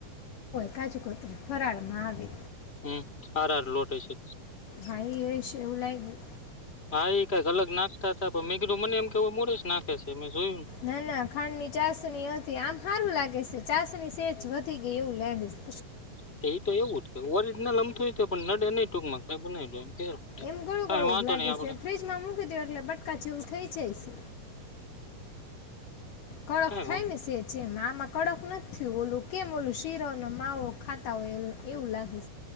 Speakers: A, on the left; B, on the left.
A: કાજુકોતરી ફરાળમાં આવે.
B: હં, હાર હાર લોટ હશે.
A: હા એ હશે એવું લાગ્યું
B: હા, એ કંઈક અલગ નાખતા હતા, પણ મેં કીધું મને એમ કે એવું મોરસ નાખે છે મેં જોયું
A: ના ના ખાંડની ચાસણી હતી. આમ હારું લાગે સે. ચાસની સેજ વધી ગઈ એવું લાગે સે.
B: તે, એ તો એવું જ. કંઈ ઓરિજનલ અમથું ય તે પણ નડે નંઈ ટૂકમાં. કંઈ બનાઈ દો એમ. ફેર પડે
A: એમ ગળું
B: કઈ
A: ગળું
B: વાંધો
A: જ લાગે
B: નહી આપડે
A: છે. ફ્રીજમાં મૂકી દ્યો, એટલે બટકા જેવું થઈ જયશે. કડક
B: કઈ
A: થાય
B: વાંધો
A: ને સેચ એમ. આ કડક નથ થયું. કેમ ઓલું શીરો ન માવો ખાતા હોય એવું લાગે.